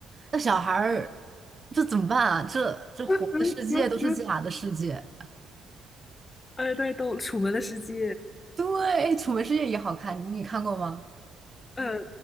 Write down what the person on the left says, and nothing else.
<laughs> 哎，太逗了，《楚门的世界》。
嗯，